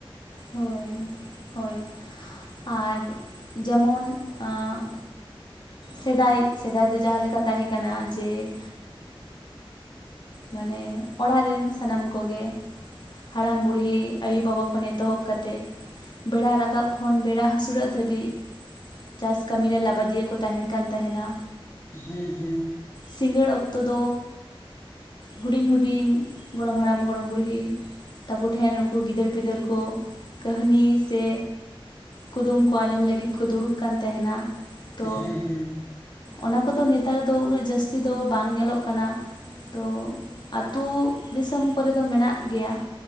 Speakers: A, on the left (about 55°); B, on the left (about 25°).
A: ᱦᱚᱭ ᱦᱚᱭ ᱟᱨ ᱡᱮᱢᱚᱱ ‌ᱟᱸᱜᱼᱼ ᱥᱮᱫᱟᱭᱤᱜ, ᱥᱮᱫᱟᱭ ᱫᱚ ᱡᱟᱦᱟᱸ ᱞᱮᱠᱟ ᱛᱟᱦᱮᱸ ᱠᱟᱱᱟ, ᱡᱮᱼᱼ ᱢᱟᱱᱮᱻ ᱚᱲᱟᱜ ᱨᱮᱱ ᱥᱟᱱᱟᱢ ᱠᱚᱜᱮ ᱦᱟᱲᱟᱢ, ᱵᱩᱲᱦᱤ, ᱟᱹᱭᱩᱼᱵᱟᱵᱟ, ᱠᱷᱚᱱᱮᱼᱼ ᱮᱛᱚᱦᱚᱵ ᱠᱟᱛᱮᱜ ᱵᱮᱲᱟ ᱨᱟᱠᱟᱵ ᱠᱷᱚᱱ ᱵᱮᱲᱟ ᱦᱟᱹᱥᱩᱨᱚᱜ ᱫᱷᱟᱹᱵᱤᱡ ᱪᱟᱥ ᱠᱟᱹᱢᱤ ᱨᱮ ᱞᱟᱵᱟ ᱫᱤᱭᱟᱹ ᱠᱚ ᱛᱟᱦᱮᱸᱱ ᱠᱟᱱ ᱛᱟᱦᱮᱸᱱᱟ,
B: ᱦᱮᱸ ᱦᱮᱸ,
A: ᱥᱤᱸᱜᱟᱹᱲ ᱚᱠᱛᱚ ᱫᱚ ᱦᱩᱰᱤᱧ ᱦᱩᱰᱤᱧ ᱜᱚᱲᱚᱢ ᱦᱟᱲᱟᱢ, ᱜᱚᱲᱚᱢ ᱵᱩᱲᱦᱤ ᱛᱟᱠᱚ ᱴᱷᱮᱸᱱ ᱩᱸᱠᱩ ᱜᱤᱫᱟᱹᱨ ᱯᱤᱫᱟᱹᱨ ᱠᱚ ᱠᱟᱹᱦᱱᱤ ᱥᱮ ᱠᱩᱫᱩᱢ ᱠᱚ ᱟᱸᱡᱚᱢ ᱞᱟᱹᱜᱤᱫ ᱠᱚ ᱫᱩᱲᱩᱵ ᱠᱟᱱ ᱛᱟᱦᱮᱸᱱᱟ, ᱛᱚ
B: ᱦᱮᱸ ᱦᱮᱸ
A: ᱚᱱᱟ ᱠᱚᱫᱚ ᱱᱮᱛᱟᱨ ᱫᱚ ᱩᱱᱟᱹᱜ ᱡᱟᱹᱥᱛᱤ ᱡᱟᱹᱥᱛᱤ ᱫᱚ ᱵᱟᱝ ᱧᱮᱞᱚᱜ ᱠᱟᱱᱟ ᱛᱚ ᱟᱛᱩ ᱫᱤᱥᱚᱢ ᱠᱚᱨᱮ ᱫᱚ ᱢᱮᱱᱟᱜ ᱜᱮᱭᱟ